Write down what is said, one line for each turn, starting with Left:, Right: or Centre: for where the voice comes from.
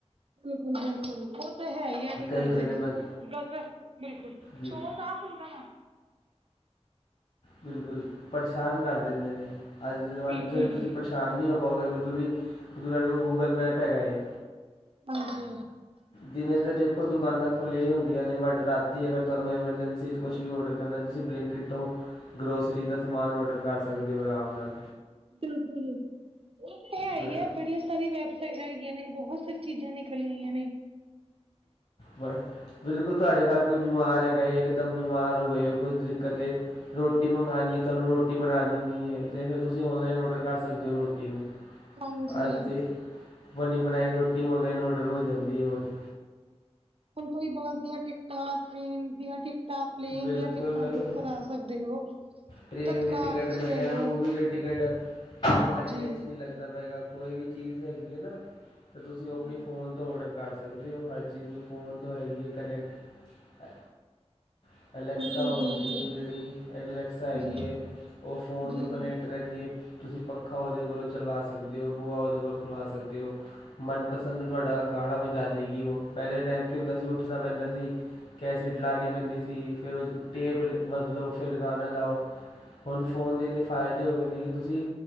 Right: ਬਿਲਕੁਲ -ਬਿਲਕੁਲ, ਉਹ ਉਹ ਹੈ ਹੀ ਆ, ਐਮੇ
Left: ਕਈ
Right: ਕਰਦੇ
Left: ਹੁੰਦੇ
Right: ਨੇ
Left: ਬੰ-
Right: ਗ ਬਿਲਕੁਲ
Left: ਦੀ-
Right: ਚੌਲਦਾ ਫੁਲਕਾ ਦਾ <inaudible>
Left: ਬਿਲਕੁਲ, ਪਰੇਸ਼ਾਨ ਕਰ ਦਿੰਦੇ ਨੇ, ਅੱਜ ਦੇ ਜ਼ਮਾਨੇ
Right: ਬਿਲਕੁਲ
Left: 'ਚ ਤੁਸੀਂ ਪਰੇ ਸ਼ਾਨ ਨਹੀਂ ਹੋ ਪਾਉਗੇ ਬਿਲਕੁਲ ਵੀ, ਕਿਉਂਕਿ ਤੁਹਾਡੇ ਕੋਲ ਗੂਗਲ ਮੈਪ ਹੈਗਾ‌ ਐ।
Right: ਹਾਂਜੀ
Left: ਦਿਨੇ ਤੇ ਦੇਖੋਂ ਦੁਕਾਨਾਂ ਖੁੱਲੀਆਂ ਹੀ ਹੁੰਦੀਆਂ ਨੇ, ਬਟ ਰਾਤੀ ਅਗਰ ਤੁਹਾਨੂੰ ਐਮਰਜੈਂਸੀ 'ਚ ਕੁਛ ਵੀ ਔਡਰ ਕਰਨਾ, ਤੁਸੀਂ ਬਲਿੰਕਟੋ, ਗਰੋਸਰੀ ਦਾ ਸਮਾਨ ਔਡਰ ਕਰ ਸਕਦੇ ਹੋ ਆਰਾਮ ਨਾਲ।
Right: ਬਿਲਕੁਲ, ਇਹ ਤੇ ਹੈ ਹੀ
Left: ਬਿ-
Right: ਹੈ ਬਟ ਬੜੀਆਂ ਸਾਰੀ ਵੈਬਸਾਈਟ ਹੈਗੀਆਂ ਨੇ, ਬਹੁਤ ਸਾਰੀ ਚੀਜ਼ਾਂ ਨਿਕਲ ਆਈਆਂ ਨੇ।
Left: ਬ <unintelligible> ਬਿਲਕੁਲ ਤੁਹਾਡੇ ਘਰ ਕੋਈ ਬਿਮਾਰ ਹੈਗਾ ਏ, ਇੱਕ ਦਮ ਬਿਮਾਰ ਹੋ ਗਏ ਹੋ, ਕੋਈ ਦਿੱਕਤ ਐ। ਰੋਟੀ ਮੰਗਵਾਉਣੀ ਐ, ਤੁਹਾਨੂੰ ਰੋਟੀ ਬਣਾਉਣੀ ਨਹੀਂ ਐ, ਤੇ ਫਿਰ ਤੁਸੀਂ ਔਨਲਾਈਨ ਔਡਰ ਕਰ ਸਕਦੇ ਹੋ ਰੋਟੀ ਨੂੰ।
Right: ਹਾਂਜੀ
Left: ਅੱਜ ਤੇ, ਬਣੀ ਬਣਾਈ ਰੋਟੀ ਓਨਲਾਈਨ ਓਡਰ ਹੋ ਜਾਂਦੀ ਐ ਔਰ।
Right: ਹੁਣ ਕੋਈ ਬਾਹਰ ਦੀਆਂ ਟਿਕਟਾਂ, ਟ੍ਰੇਨ ਦੀਆਂ ਟਿਕ ਟਾ, ਪਲੇਨ
Left: ਬਿਲਕੁਲ
Right: ਦੀਆਂ ਟਿਕਟਾਂ ਬੁੱਕ ਕਰਾ ਸਕਦੇ ਹੋ।
Left: ਟ੍ਰੇਨ
Right: ਤਤਕਾਲ
Left: ਦੀ ਟਿਕਟ,
Right: ਵਿੱਚ
Left: ਮੈਂ
Right: ਲੈ
Left: ਕਹਿਨਾ
Right: ਲਓ
Left: ਮੂਵੀ ਦੀ ਟਿਕਟ, ਆਪ ਲਾਈਨਾਂ
Right: ਜੀ।
Left: 'ਚ ਨਈ ਲੱਗਣਾ ਪਏਗਾ। ਕੋਈ ਵੀ ਚੀਜ਼ ਹੈਗੀ ਹੈ ਨਾ, ਤੇ ਤੁਸੀਂ ਉਹ ਆਪਣੀ
Right: ਜੀ।
Left: ਫੋਨ ਤੋਂ ਔਡਰ ਕਰ ਸਕਦੇ ਹੋ, ਹਰ ਚੀਜ਼ ਨੂੰ ਫ਼ੋਨ ਤੋਂ ਹੈਗੀ ਹੈ ਕਨੈਕਟ। ਤ ਐ <unintelligible> ਅਲੈਕਸਾ
Right: ਬਿਲਕੁਲ,
Left: ਹੁੰਦੀ
Right: ਬਿਲਕੁਲ
Left: ਐ ਜਿਹੜੀ, ਅਲੈਕਸਾ ਹੈਗੀ
Right: ਜੀ,
Left: ਹੈ, ਉਹ ਫੋਨ
Right: ਜੀ।
Left: ਤੋਂ ਕਨੈਕਟ ਕਟ ਰਹਿੰਦੀ ਐ, ਤੁਸੀਂ ਪੱਖਾ ਉਹਦੇ ਕੋਲੋਂ ਚੱਲਵਾ ਸਕਦੇ ਹੋ, ਬੂਆ ਉਹਦੇ ਕੋਲੋਂ ਖੁਲਵਾ ਸਕਦੇ ਹੋ। ਮਨਪਸੰਦ
Right: ਬਿਲਕੁਲ।
Left: ਤੁਹਾਡਾ ਗਾਣਾ ਵਜਾ ਦੇ ਗੀ ਉਹ, ਪਹਿਲੇ ਟਾਈਮ ਕੀ ਹੁੰਦਾ ਸੀ, ਉੱਠਣਾ ਪੈਂਦਾ ਸੀ ਕੈਸਡ ਲਾਨੀ ਪੈਂਦੀ ਸੀ। ਤੇ ਫਿਰ ਉਹ ਟੇਪ ਬਦਲੋ, ਫਿਰ ਗਾਣਾ ਲਾਓ। ਹੁਣ ਫੋਨ ਦੇ ਇੰਨੇਂ ਫ਼ਾਇਦੇ ਹੋ ਗਏ ਨੇ, ਕਿ ਤੁਸੀਂ